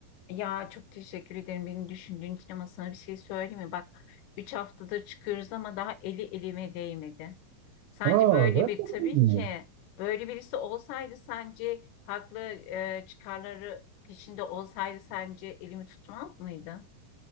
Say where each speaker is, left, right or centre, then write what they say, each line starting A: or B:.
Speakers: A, on the left; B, on the right.
A: Ya çok teşekkür ederim beni düşündüğün için ama sana bir şey söyleyeyim mi? Bak 3 haftadır çıkıyoruz ama daha eli elime değmedi. Sence
B: Aa,
A: böyle
B: gerçekten
A: bir tabii
B: mi?
A: ki böyle birisi olsaydı sence haklı e, çıkarları peşinde olsaydı sence elimi tutmaz mıydı?